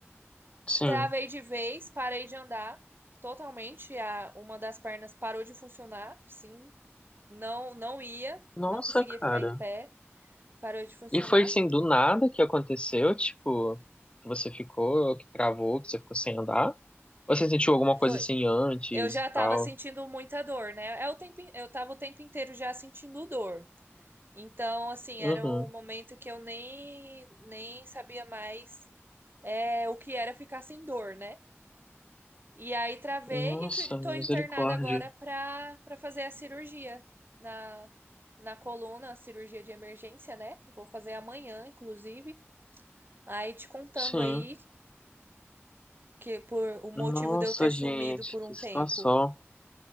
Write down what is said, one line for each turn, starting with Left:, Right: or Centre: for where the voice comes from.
Left: sim.
Right: Travei de vez, parei de andar totalmente, a uma das pernas parou de funcionar, sim, não não ia,
Left: Nossa,
Right: não conseguia
Left: cara.
Right: ficar em pé, parou de funcionar.
Left: E foi assim, do nada que aconteceu, tipo, que você ficou, que travou, que você ficou sem andar? Ou você sentiu alguma
Right: Foi.
Left: coisa assim antes
Right: Eu já
Left: e
Right: tava
Left: tal?
Right: sentindo muita dor, né? É o tempo, in- eu tava o tempo inteiro já sentindo dor. Então, assim,
Left: Uhum.
Right: era um momento que eu nem, nem sabia mais é, o que era ficar sem dor, né? E aí travei
Left: Nossa,
Right: e fui- tô
Left: misericórdia.
Right: internada agora pra, pra fazer a cirurgia na, na coluna, a cirurgia de emergência, né? Vou fazer amanhã, inclusive. Aí te contando
Left: Sim.
Right: aí que por o
Left: Nossa,
Right: motivo de eu ter
Left: gente,
Right: sumido por um
Left: que situação.
Right: tempo.